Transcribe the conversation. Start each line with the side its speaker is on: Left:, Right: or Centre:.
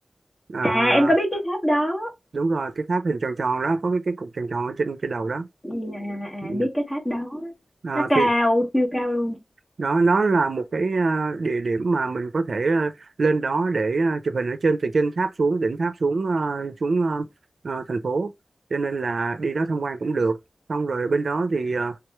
Right: À,
Left: à em có biết cái tháp đó
Right: đúng rồi, cái tháp hình tròn tròn đó, có cái cái cục tròn tròn ở trên trên đầu đó.
Left: dạ à,
Right: Ừ.
Left: em biết cái tháp đó
Right: À,
Left: nó cao
Right: thì
Left: siêu cao luôn
Right: đó nó là một cái ờ, địa điểm mà mình có thể ờ, lên đó để ờ, chụp hình ở trên từ trên tháp xuống đỉnh tháp xuống ờ, xuống ờ, ờ, thành phố cho nên là đi đó tham quan cũng được xong rồi bên đó thì ờ,